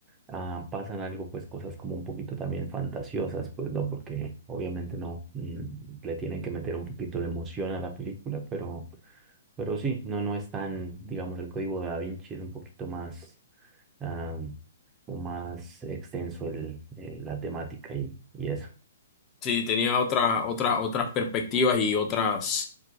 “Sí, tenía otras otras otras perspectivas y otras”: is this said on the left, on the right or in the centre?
Left